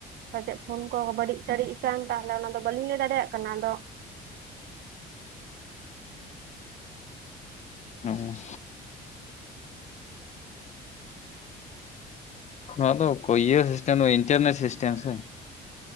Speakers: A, on the right; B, on the left.
A: ᱯᱟᱪᱮᱫ ᱯᱷᱳᱱ ᱠᱚᱦᱚ ᱵᱟᱹᱲᱤᱡ ᱴᱟᱹᱲᱤᱡ ᱠᱟᱱ ᱛᱟᱦᱚᱞᱮ ᱚᱱᱟᱫᱚ ᱵᱟᱹᱞᱤᱧ ᱞᱟᱹᱭ ᱫᱟᱲᱮᱭᱟᱜ ᱠᱟᱱᱟ ᱟᱫᱚ
B: ᱩᱸᱦᱩᱸ ᱱᱚᱣᱟ ᱫᱚ ᱚᱠᱚ ᱤᱭᱟᱹ ᱥᱤᱥᱴᱮᱢ ᱫᱚ ᱵᱟ ᱤᱱᱴᱮᱨᱱᱮᱴ ᱥᱤᱥᱴᱮᱢ ᱥᱮ᱾